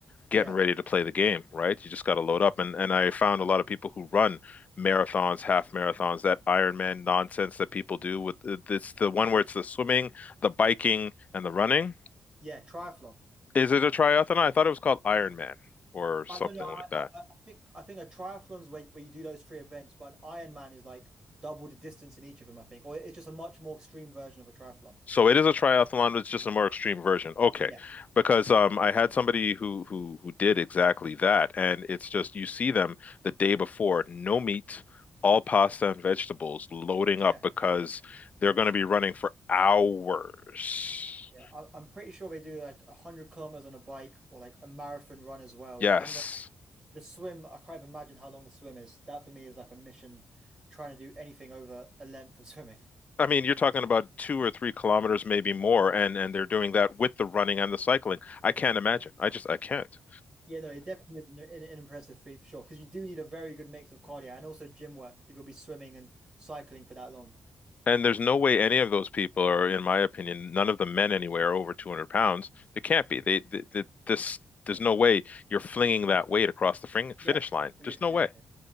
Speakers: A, on the left; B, on the right.
A: getting
B: Yeah,
A: ready to play the game, right? You just got to load up. And and I found a lot of people who run marathons, half marathons, that Ironman nonsense that people do with it's the one where it's the swimming, the biking, and the running.
B: yeah, triathlon.
A: Is it a triathlon? I thought it was called Ironman or something
B: I don't know. I,
A: like that.
B: I I I think I think a triathlon's where where you do those three events, but an Ironman is like double the distance in each of them, I think, or it's just a much more extreme version of a triathlon.
A: So it is a triathlon, but it's just a more extreme version. Okay.
B: Yeah,
A: Because um I had somebody who who who did exactly that and it's just you see them the day before, no meat, all pasta and vegetables loading up
B: yeah,
A: because they're going to be running for hours.
B: yeah. I, I'm pretty sure they do like a hundred kilometers on a bike or like a marathon run as well.
A: Yes.
B: And the, the swim, I can't even imagine how long the swim is. That for me is like a mission, trying to do anything over a length of <laughs> swimming.
A: I mean, you're talking about two or three kilometers, maybe more, and and they're doing that with the running and the cycling. I can't imagine. I just I can't.
B: Yeah, no, it definitely is an, an, an impressive feat for sure, because you do need a very good mix of cardio and also gym work if you'll be swimming and cycling for that long.
A: And there's no way any of those people are, in my opinion, none of the men anywhere are over 200 pounds. They can't be. They, they, they- this, there's no way you're flinging that weight across the fring,
B: Yeah,
A: finish line.
B: yeah,
A: Just no
B: yeah.
A: way.
B: yeah.